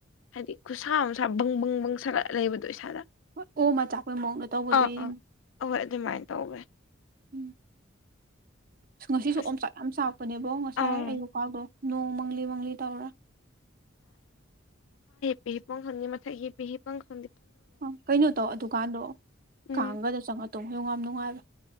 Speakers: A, on the left (about 80°); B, on the right (about 45°).
A: ꯍꯥꯏꯗꯤ ꯈꯨꯠꯁꯥ ꯑꯃꯁꯥ ꯕꯪ ꯕꯪ ꯕꯪ ꯁꯥꯜꯂꯛꯑ ꯂꯩꯕꯗꯣ ꯏꯁꯥꯗ
B: ꯍꯣꯏ ꯑꯣ ꯃꯆꯥꯄꯩ ꯃꯑꯣꯡꯗ ꯇꯧꯕꯗꯣꯅꯤ
A: ꯑꯥ ꯑꯥ ꯑꯍꯣꯏ ꯑꯗꯨꯃꯥꯏꯅ ꯇꯧꯋꯦ
B: ꯎꯝ ꯑ ꯉꯁꯤꯁꯨ
A: ꯑꯁ
B: ꯑꯆꯥꯛ ꯌꯥꯝ ꯆꯥꯛꯄꯅꯦꯕꯣ ꯉꯁꯥꯏ
A: ꯑꯪ
B: ꯑꯌꯨꯛꯀꯗꯣ ꯅꯣꯡ ꯃꯪꯂꯤ ꯃꯪꯂꯤ ꯇꯧꯔ
A: ꯄꯦꯍꯤ ꯄꯣꯡꯈꯟꯅꯤ ꯃꯊꯛꯒꯤ ꯄꯦꯍꯤ ꯄꯪꯈꯣꯟ
B: ꯑ ꯀꯩꯅꯣ ꯇꯧ ꯑꯗꯨꯀꯥꯟꯗꯣ
A: ꯎꯝ
B: ꯀꯥꯡꯒꯗ ꯆꯪꯉꯛꯇꯣ ꯍꯌꯡ ꯌꯥꯝ ꯅꯨꯡꯉꯥꯏꯕ